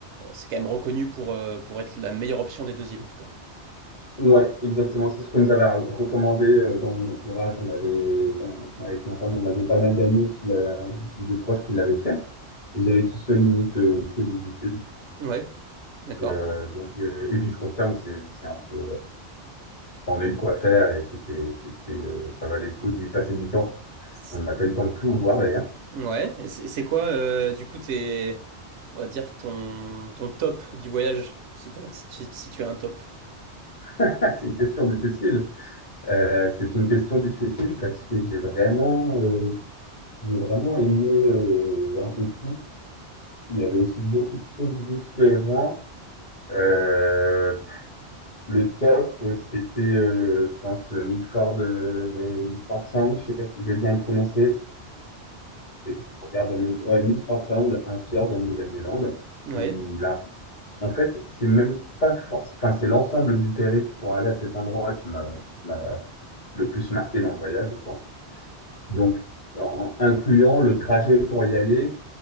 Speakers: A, on the right; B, on the left.
A: c'est quand même reconnu pour, euh, pour être la meilleure option des deux îles, en tout cas.
B: Ouais, exactement. C'est ce qu'on nous avait ra- recommandé euh, dans mon entourage. On avait, enfin, avec ma femme, on avait pas mal d'amis qui l'a- de proches qui l'avaient fait. Et j'avais avaient tous fait limite euh, que l'île du Sud.
A: Ouais, d'accord.
B: Euh, donc, euh, et puis je confirme, c'est c'est un peu on a eu de quoi faire et c'était, c'était, euh, ça valait le coup d'y passer du temps.
A: C'est-
B: On n'a pas eu le temps de tout voir d'ailleurs.
A: Ouais, et c'est c'est quoi, euh, du coup, tes, on va dire, ton, ton top du voyage, si t'as- si tu, si tu as un top.
B: <laughs> C'est une question difficile. Euh, c'est une question difficile parce que j'ai vraiment, euh, j'ai vraiment aimé euh, un peu tout. Il y avait aussi beaucoup de choses différentes. Euh, le top, c'était, euh, je pense, euh, Milford, euh, Milford Sound. Je sais pas si je vais bien le prononcer. Et puis, je regarde en même temps. Ouais, Milford Sound, un fjord en Nouvelle-Zélande,
A: Ouais,
B: où là, En fait, c'est même pas force. Enfin, c'est l'ensemble du périple pour aller à cet endroit qui m'a qui m'a le plus marqué dans le voyage, je pense. Donc, en en incluant le trajet pour y aller,